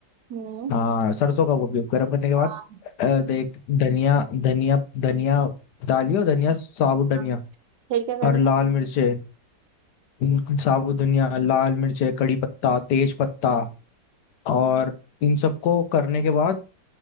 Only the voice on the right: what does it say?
हम्म
हाँ
हाँ। फिर क्या करना
है